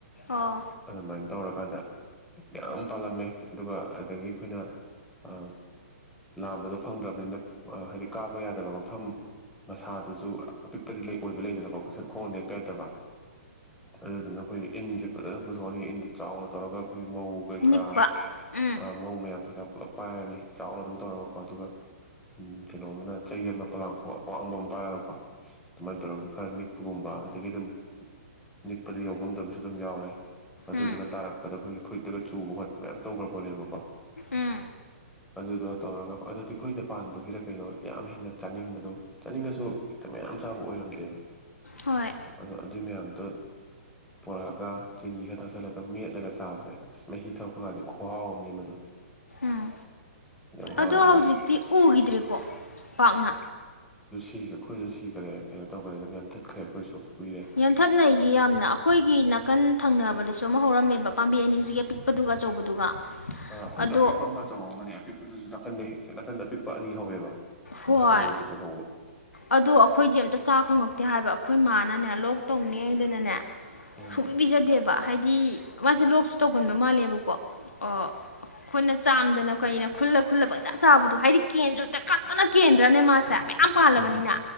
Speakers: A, on the left; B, in the centre.
A: ꯑꯣ
B: ꯑꯗꯨꯃꯥꯏꯅ ꯇꯧꯔꯀꯥꯟꯗ ꯌꯥꯝ ꯄꯥꯜꯂꯝꯃꯦ ꯑꯗꯨꯒ ꯑꯗꯒꯤ ꯑꯩꯈꯣꯏꯅ ꯑ ꯂꯥꯝꯕꯗꯣ ꯐꯪꯗ꯭ꯔꯕꯅꯤꯅ ꯍꯥꯏꯗꯤ ꯀꯥꯕ ꯌꯥꯗꯕ ꯃꯐꯝ ꯃꯁꯥꯗꯨꯁꯨ ꯑꯄꯤꯛꯄꯗꯤ ꯂꯩ ꯑꯣꯏꯕ ꯂꯩꯗꯅꯀꯣ ꯁꯠ ꯈꯣꯡꯅ ꯅꯦꯠꯄ ꯌꯥꯗꯕ ꯑꯗꯨꯗꯨꯅ ꯑꯩꯈꯣꯏꯒꯤ ꯏꯟꯖꯦ ꯐꯖꯅ ꯄꯨꯊꯣꯛꯑꯅꯤ ꯏꯟꯗ ꯆꯥꯎꯅ ꯇꯧꯔꯒ ꯑꯩꯈꯣꯏꯒꯤ ꯃꯧ ꯀꯩꯀꯥ
A: ꯅꯤꯛꯄ ꯎꯝ
B: ꯑ ꯃꯧ ꯃꯌꯥꯝ ꯀꯩꯀꯥ ꯄꯨꯂꯞ ꯄꯥꯏꯔꯅꯤ ꯆꯥꯎꯅ ꯑꯗꯨꯝ ꯇꯧꯔꯒꯀꯣ ꯑꯗꯨꯒ ꯎꯝ ꯀꯩꯅꯣ ꯑꯃꯅ ꯆꯩ ꯑꯃꯅ ꯄꯣꯂꯥꯡꯈꯣꯛ ꯑꯋꯥꯡꯕ ꯑꯃ ꯄꯥꯏꯔꯒꯀꯣ ꯑꯗꯨꯃꯥꯏꯅ ꯇꯧꯔꯒ ꯈꯔ ꯅꯤꯛꯄꯒꯨꯝꯕ ꯑꯗꯒꯤ ꯑꯗꯨꯝ ꯅꯤꯛꯄꯗ ꯌꯧ ꯉꯝꯗꯕꯁꯨ ꯑꯗꯨꯝ ꯌꯥꯎꯔꯦ ꯑꯗꯨꯗꯨꯅ
A: ꯎꯝ
B: ꯇꯥꯔꯛꯄꯗ ꯑꯩꯈꯣꯏꯒꯤ ꯐꯨꯔꯤꯠꯇꯒ ꯆꯨꯕ ꯈꯣꯠꯄ ꯃꯌꯥꯝ ꯇꯧꯒꯔꯄꯣꯠꯅꯦꯀꯣ
A: ꯎꯝ
B: ꯑꯗꯨꯗꯣ ꯇꯧꯔꯒ ꯑꯗꯨꯗꯤ ꯑꯩꯈꯣꯏꯗ ꯄꯥꯟꯕꯒꯤꯔ ꯀꯩꯅꯣ ꯌꯥꯝ ꯍꯦꯟꯅ ꯆꯥꯅꯤꯡꯕꯗꯣ ꯆꯥꯅꯤꯡꯉꯁꯨ ꯍꯦꯛꯇ ꯃꯌꯥꯝ ꯆꯥꯕ ꯑꯣꯏꯔꯝꯗꯦꯕ
A: ꯍꯣꯏ
B: ꯑꯗꯣ ꯑꯗꯨꯏ ꯃꯌꯥꯝ ꯑꯗꯣ ꯄꯣꯔꯛꯑꯒ ꯆꯤꯅꯤ ꯈꯔ ꯊꯥꯛꯆꯜꯂꯒ ꯃꯦꯠꯂꯒ ꯆꯥꯕꯁꯦ ꯑꯁ ꯃꯍꯤ ꯊꯛꯄ ꯒꯗꯤ ꯈꯨꯍꯥꯎ ꯑꯃꯅꯦ ꯃꯗꯣ
A: ꯎꯝ
B: ꯌꯥꯝ ꯍꯥꯎꯋꯦ
A: ꯑꯗꯣ
B: ꯌꯥꯝ
A: ꯍꯧꯖꯤꯛꯇꯤ ꯎꯒꯤꯗ꯭ꯔꯦꯀꯣ ꯄꯥꯛꯅ
B: ꯏꯒ ꯑꯩꯈꯣꯏꯁꯨ ꯁꯤꯈꯒ꯭ꯔꯦ ꯀꯩꯅꯣ ꯇꯧꯈ꯭ꯔꯦ ꯑꯗꯨꯝ ꯌꯥꯟꯊꯠꯈ꯭ꯔꯦ ꯑꯩꯈꯣꯏꯁꯨ ꯀꯨꯏꯔꯦ
A: ꯌꯥꯟꯊꯠꯅꯩꯌꯦ ꯌꯥꯝꯅ ꯑꯩꯈꯣꯏꯒꯤ ꯅꯥꯀꯟ ꯊꯪꯅꯕꯗ ꯑꯗꯁꯨ ꯑꯃ ꯍꯧꯔꯝꯃꯦꯕ ꯄꯥꯝꯕꯤ ꯑꯅꯤꯁꯤꯒꯤ ꯑꯄꯤꯛꯄꯗꯨꯒ ꯑꯆꯧꯕꯗꯨꯒ
B: ꯑ ꯑꯩꯈꯣꯏꯁꯨ
A: ꯑꯗꯣ
B: ꯑꯄꯤꯛꯄ ꯑꯃ ꯑꯆꯧꯕ ꯑꯃꯒꯅꯦ ꯑꯄꯤꯛꯄꯗꯨꯁꯨ ꯅꯥꯀꯟꯗ ꯅꯥꯀꯟꯗ ꯑꯄꯤꯛꯄ ꯑꯅꯤ ꯍꯧꯋꯦꯕ ꯑꯗꯨꯒ
A: ꯍꯣꯏ
B: ꯑꯆꯧꯕꯗꯨꯁꯨ ꯍꯧꯕ
A: ꯑꯗꯣ ꯑꯩꯈꯣꯏꯗꯤ ꯑꯝꯇ ꯆꯥ ꯐꯪꯉꯛꯇꯦ ꯍꯥꯏꯕ ꯑꯩꯈꯣꯏ ꯃꯥꯥ ꯅꯅꯦ ꯂꯣꯛ ꯇꯧꯅꯦ ꯍꯥꯏꯗꯅꯅꯦ
B: ꯎꯝ
A: ꯁꯨꯛꯄꯤ ꯄꯤꯖꯗꯦꯕ ꯍꯥꯏꯗꯤ ꯃꯥꯁꯦ ꯂꯣꯛꯁꯨ ꯇꯧꯒꯟꯕ ꯃꯥꯜꯂꯦꯕꯀꯣ ꯑꯣ ꯑꯩꯈꯣꯏꯅ ꯆꯥꯝꯗꯅ ꯀꯩꯅ ꯈꯨꯜꯂ ꯈꯨꯜꯂ ꯄꯪꯆꯥ ꯆꯥꯕꯗꯣ ꯍꯥꯏꯗꯤ ꯀꯦꯟꯁꯨ ꯇꯈꯠ ꯐꯖꯟꯅ ꯀꯦꯟꯗ꯭ꯔꯅꯦ ꯃꯥꯁꯦ ꯃꯌꯥꯝ ꯄꯥꯜꯂꯕꯅꯤꯅ
B: ꯎꯝ